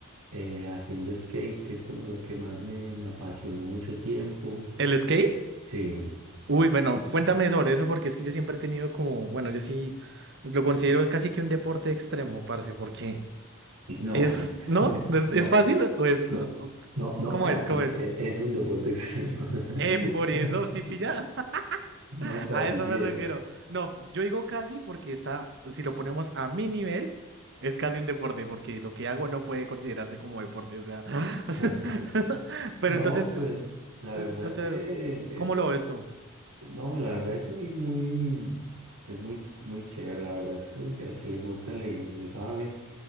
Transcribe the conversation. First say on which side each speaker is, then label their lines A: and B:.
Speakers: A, on the right; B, on the right.
A: eh, haciendo skate, que es como lo que más me, me apasionó mucho tiempo.
B: ¿El skate?
A: Sí.
B: Uy, bueno, cuéntame sobre eso porque es que yo siempre he tenido como, bueno, yo sí lo considero casi que un deporte extremo, parce, porque
A: No,
B: es,
A: an-
B: ¿no? ¿No ¿Es,
A: no.
B: es fácil o es,
A: No,
B: o-
A: no, no
B: cómo
A: casi,
B: es, cómo es?
A: e- es un deporte extremo. <laughs>
B: Eh, por eso, sí pilla, <laughs>
A: No casi,
B: a eso
A: sí
B: me
A: es.
B: refiero. No, yo digo casi porque está, si lo ponemos a mi nivel, es casi un deporte, porque lo que hago no puede considerarse como deporte, o sea. <laughs>
A: <laughs>
B: Pero
A: No,
B: entonces,
A: pues
B: eh,
A: la
B: eh,
A: verdad
B: o
A: es
B: sea,
A: que,
B: ¿cómo
A: eh,
B: lo ves tú?
A: no, la verdad es muy, muy, es muy, ch- muy chévere, la verdad es que el, que el que le gusta le, le sabe.